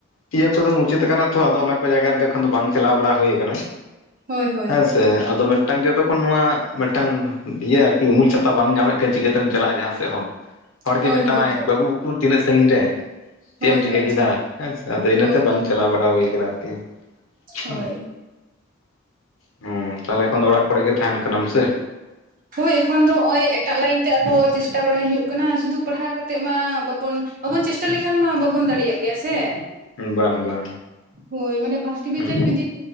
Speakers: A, on the left (about 75°); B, on the right (about 45°).
A: ᱤᱭᱟᱹ ᱠᱚᱫᱚ ᱢᱩᱪᱟᱹᱫ ᱟᱠᱟᱱᱟ ᱛᱚ ᱟᱫᱚ ᱚᱱᱟ ᱠᱚ ᱡᱟᱭᱜᱟ ᱨᱮᱫᱚ ᱮᱠᱷᱚᱱ ᱫᱚ ᱵᱟᱝ ᱪᱟᱞᱟᱣ ᱵᱟᱲᱟ ᱦᱩᱭ ᱟᱠᱟᱱᱟ᱾
B: ᱦᱳᱭ ᱦᱳᱭ
A: ᱦᱮᱸ
B: ᱦᱳᱭ
A: ᱥᱮ ᱟᱫᱚ ᱢᱤᱫᱴᱟᱝ ᱡᱚᱛᱚ ᱠᱷᱚᱱ ᱱᱚᱣᱟ ᱢᱤᱫᱴᱟᱝ ᱤᱭᱟᱹ ᱟᱨᱠᱤ ᱩᱢᱩᱞ ᱪᱷᱟᱛᱟ ᱵᱟᱝ ᱧᱟᱢᱮᱫ ᱠᱟᱱ ᱪᱤᱠᱟᱹᱛᱮᱢ ᱪᱟᱞᱟᱜ-ᱟ ᱡᱟᱦᱟᱸ ᱥᱮᱫ ᱦᱚᱸ᱾ ᱦᱚᱲ
B: ᱦᱳᱭ
A: ᱜᱮ ᱢᱮᱛᱟᱢᱟᱭ
B: ᱦᱳᱭ
A: ᱵᱟᱹᱵᱩ ᱩᱠᱩᱨ ᱛᱤᱱᱟᱹᱜ ᱥᱟᱺᱜᱤᱧ ᱨᱮ᱾ ᱪᱮᱫ
B: ᱦᱳᱭ
A: ᱮᱢ ᱪᱤᱠᱟᱹ
B: ᱦᱳᱭ ᱦᱳᱭ
A: ᱠᱮᱫᱟ ᱦᱮᱸ ᱥᱮ ᱟᱫᱚ ᱤᱱᱟᱹ
B: ᱦᱳᱭ
A: ᱛᱮ ᱵᱟᱝ ᱪᱟᱞᱟᱣ ᱵᱟᱲᱟ ᱦᱩᱭ ᱠᱟᱱᱟ ᱟᱹᱨᱠᱤ ᱦᱮᱸ᱾
B: ᱦᱳᱭ
A: ᱦᱚᱸ ᱛᱟᱦᱞᱮ ᱮᱠᱷᱚᱱ ᱫᱚ ᱚᱲᱟᱜ ᱠᱚᱨᱮ ᱜᱮ ᱛᱟᱦᱮᱱ ᱠᱟᱱᱟᱢ ᱥᱮ,
B: ᱦᱳᱭ ᱮᱠᱷᱚᱱ ᱫᱚ ᱦᱚᱸᱜ-ᱚᱭ ᱮᱴᱟᱜ ᱞᱟᱭᱤᱱ ᱛᱮ ᱟᱨᱦᱚᱸ ᱪᱮᱥᱴᱟ ᱵᱟᱲᱟᱭ ᱦᱩᱭᱩᱜ ᱠᱟᱱᱟ ᱥᱩᱫᱷᱩ ᱯᱟᱲᱦᱟᱣ ᱠᱟᱛᱮᱜ ᱢᱟ ᱵᱟᱵᱚᱱ ᱵᱟᱵᱚᱱ ᱪᱮᱥᱴᱟ ᱞᱮᱠᱷᱟᱱ ᱢᱟ ᱵᱟᱵᱚᱱ ᱫᱟᱲᱮᱭᱟᱜ ᱜᱮᱭᱟ ᱥᱮ ᱾
A: ᱵᱟᱝ ᱵᱟᱝ,
B: ᱦᱳᱭ ᱢᱟᱱᱮ ᱯᱷᱟᱥᱴ ᱰᱤᱵᱷᱤᱪᱮᱱ
A: ᱦᱩᱸ
B: ᱡᱩᱫᱤ